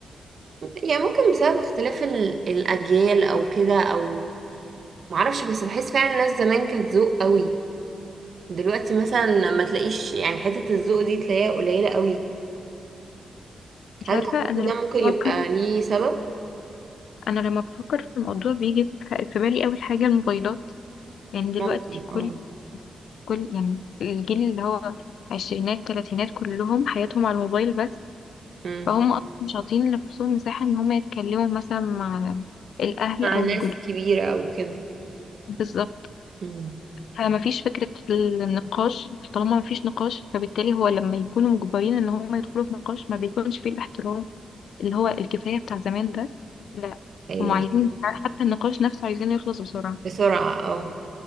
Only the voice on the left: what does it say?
أنت
عارفة
أنا لما
بفكر
أنا لما بفكر في الموضوع بيجي في في بالي أول حاجة الموبايلات يعني دلوقتي
كل
كل يعني الجيل اللي هو عشرينات تلاتينات كلهم حياتهم على الموبايل بس
فهم أصلا مش عاطين لنفسهم مساحة إن هم يتكلموا مثلا مع الأهل
أو
الجدود
بالظبط
فمفيش فكرة النقاش طالما مفيش نقاش فبالتالي هو لما يكونوا مجبرين إن هم يدخلوا في نقاش ما بيكونش فيه الاحترام اللي هو الكفاية بتاع زمان ده لا
هم عايزين حتى النقاش نفسه عايزينه يخلص بسرعة